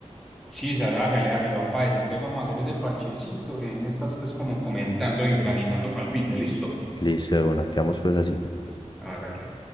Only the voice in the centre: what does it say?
sí Chisas, hágale, hágale, va para esa. Entonces vamos a hacer ese parchecito y ahí me estás pues como comentando y organizando para el fin de listo.
Hágale.